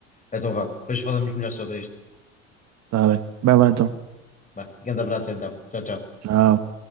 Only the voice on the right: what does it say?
Tá bem. Vai lá então.
Tchau.